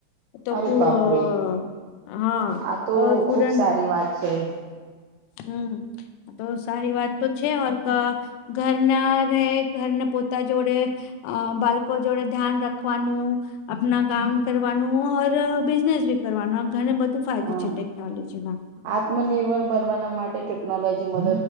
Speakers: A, on the left (about 90°); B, on the right (about 85°).
A: તો
B: અરે
A: પુ
B: બાપરે
A: અ હા
B: આ તો
A: અ પૂરન
B: ખુબ સારી વાત છે
A: હમ તો સારી વાત તો છે ઓર ઘરના રહે ઘરને પોતા જોડે અ બાળકો જોડે ધ્યાન રાખવાનું આપણા કામ કરવાનું ઓર બિઝનેસ બી કરવાનું ઘને બધું ફાયદો
B: હા
A: છે ટેકનોલોજી ના
B: આત્મનિર્ભર બનવાના માટે ટેકનોલોજી મ